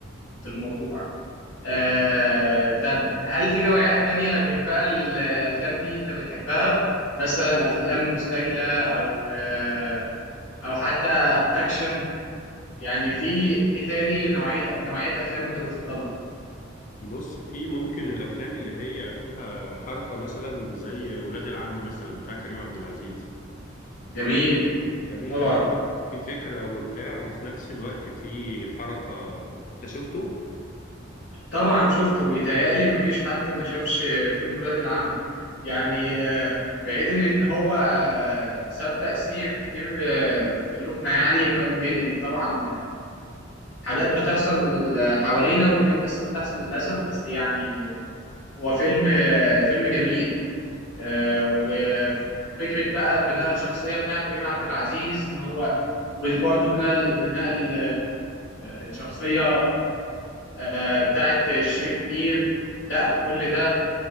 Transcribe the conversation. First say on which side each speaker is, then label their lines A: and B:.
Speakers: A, on the left; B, on the left.
A: في الموضوع آه، طب هل في نوعيات تانية غير بقى ال- الأفلام دي أنت بتحبها مثلا أفلام مستعجلة أو آه، أو حتى أكشن يعني في إيه تاني نوعية نوعيات أفلام أنت بتفضلها
B: بص في ممكن الافلام اللي هي فيها حركه مثلا زي ولاد العم مثلا بتاع كريم عبد العزيز
A: جميل
B: جميل
A: طبعا
B: قوي ده في فكره وبتاع وفي نفس الوقت في حركه انت شفته
A: طبعا شفته ويتهيألي مفيش حد ما شافش فيلم ولاد العم يعني آه، بعيدا إن هو آه، ساب تأثير كتير آه، في قلوبنا يعني وكان بينقل طبعا حاجات بتحصل حوالينا وإن كان لسه بتحصل للأسف بس يعني هو فيلم فيلم جميل آه، وفكرة بقى بناء الشخصية بتاعت كريم عبد العزيز إن هو وبرضه بناء بناء ال- الشخصية آه، بتاعت شريف منير لا كل ده